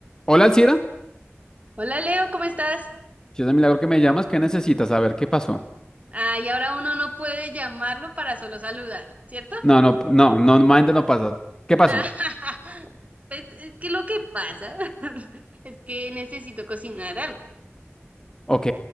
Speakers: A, on the left; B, on the right.
A: Hola, Alcira.
B: Hola Leo, ¿cómo estás?
A: Si es de milagro que me llamas, ¿qué necesitas? saber qué pasó.
B: Ah, y ahora uno no puede llamarlo para solo saludar, ¿cierto?
A: No, no, no, no, normalmente no pasas. ¿Qué pasó?
B: <laughs> Pues, es que lo que pasa <laughs> es que necesito cocinar algo.
A: Ok,